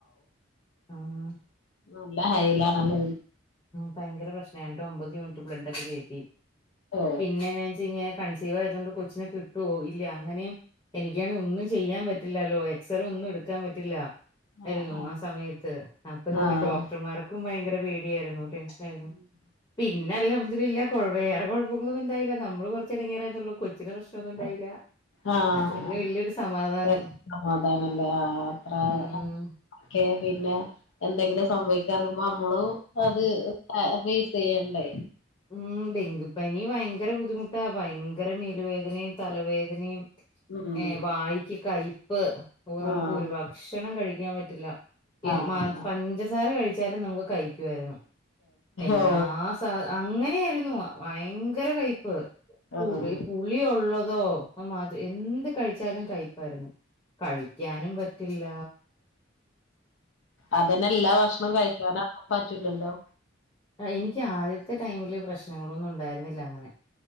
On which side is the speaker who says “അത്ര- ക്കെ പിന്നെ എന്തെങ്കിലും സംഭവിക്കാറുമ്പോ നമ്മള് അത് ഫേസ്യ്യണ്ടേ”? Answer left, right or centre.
Left